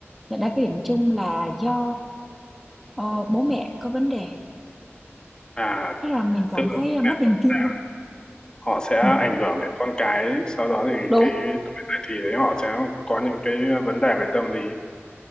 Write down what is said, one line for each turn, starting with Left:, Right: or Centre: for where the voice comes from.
Centre: nhận ra cái điểm chung là do ờ, bố mẹ có vấn đề
Left: à
Centre: Thế là mình cảm
Left: tức là
Centre: thấy
Left: bố
Centre: à, mất
Left: mẹ
Centre: niềm
Left: của
Centre: tin
Left: bạn
Centre: rồi.
Left: họ sẽ ảnh
Centre: Ừ.
Left: hưởng đến con cái sau đó thì
Centre: Đúng,
Left: cái tuổi dậy thì đấy họ sẽ có những cái vấn đề về tâm lý